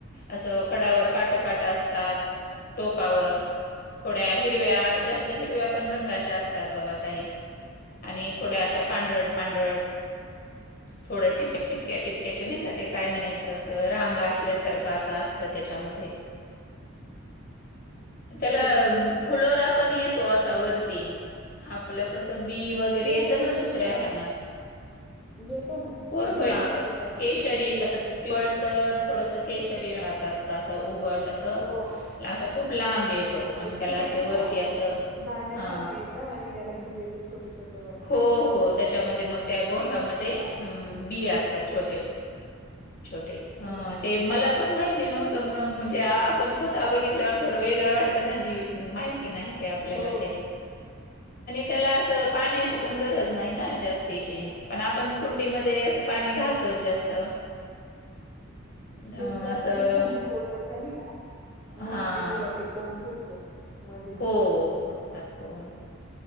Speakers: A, on the left; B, in the centre.
A: असं कडावर काट काट असतात. टोकावर. थोड्या हिरव्या, जास्त हिरव्या पण रंगाच्या असतात बघा, काही. आणि थोड्या अशा पांढरट, पांढरट. थोडं टिपक्या- टिपक्याचे नाही का ते? काय म्हणायचं. असं रांगा असल्यासारखं. असं, असतं त्याच्यामध्ये. त्याला
B: हो राहते ना.
A: फुलोरा पण येतो, असा वरती आपलं कसं बी वग वगैरे
B: हो
A: येत
B: कोरपडीला
A: ना दुसऱ्या ह्यांना.
B: येतो ना
A: कोरपडीच,
B: बी पण येतं त्याला
A: केशरी
B: येत
A: अस,
B: येत.
A: पिवळसर थोडस केशरी रंगाच असतं. असं उबट असं,
B: हो
A: असं खूप लांब येतो. आणि
B: एक
A: त्याला
B: प्लेन
A: असे
B: असा
A: वरती असं,
B: दांड्यासारखं
A: हा,
B: येतं आणि त्याला बी येतं छोटं छोटं वरती
A: हो- हो. त्याच्यामध्ये मग त्या बोंडामध्ये, अ बि असतात. छोटे छोटे. हं,
B: हो
A: ते मला पण माहिती नव्हत. म्हणजे आपण स्वतः बघितल्यावर थोडं वेगळं वाटतं ना. जी माहिती नाही ते आपल्याला
B: हो
A: ते. त्या अस पाण्याची
B: आणि
A: पण गरज
B: ते
A: नाही ना जास्तीची. पण आपण कुंडीमध्ये ते असं, पाणी घालतोत जास्त. अं,
B: ते जास्त
A: असं
B: दिवसांची कोरपड झाली का.
A: हां.
B: मंग ते तिला ते कोंब फुटतो. मध्येच
A: हो. फुटतात कोंब.